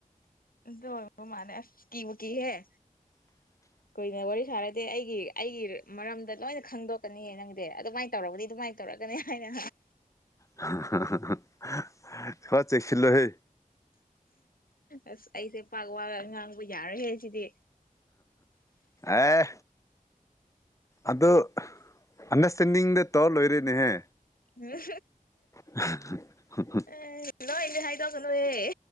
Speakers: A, on the left; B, on the left.
A: ꯗ ꯃꯥꯅꯦꯀꯤꯕꯨꯀꯤ ꯍ
B: <inaudible>
A: ꯀꯨꯏꯅ ꯋꯥꯔꯤ ꯁꯥꯔꯗꯤ ꯑꯩꯒꯤ ꯑꯩꯒꯤ ꯃꯔꯝꯗ ꯂꯣꯏꯅ ꯈꯪꯗꯣꯛꯀꯅꯤ ꯅꯪꯗꯤ ꯑꯗꯨꯃꯥꯏꯅ ꯇꯧꯔꯒꯗꯤ ꯑꯗꯨꯃꯥꯏꯅ ꯇꯧꯔꯛꯀꯅꯤ ꯍꯥꯏꯅ
B: <unintelligible> ꯊ ꯆꯦꯛꯁꯤꯜꯂꯣꯍꯩ
A: ꯑꯁ ꯑꯩꯁꯦ ꯄꯥꯛ ꯋꯥꯒ ꯉꯥꯡꯕ ꯌꯥꯔꯣꯏꯦ ꯍꯥꯏ ꯁꯤꯗꯤ
B: ꯑꯦ ꯑꯗꯣ ꯑꯟꯗꯔꯁꯇꯦꯟꯗꯤꯡꯗ ꯇꯧꯔ ꯂꯣꯏꯔꯦꯅꯦꯍꯦ
A: ꯎꯝ
B: ꯍ ꯍ
A: ꯑꯦ ꯅꯣꯏꯅꯦ ꯍꯥꯏꯗꯧꯒ ꯅꯣꯏꯑꯦ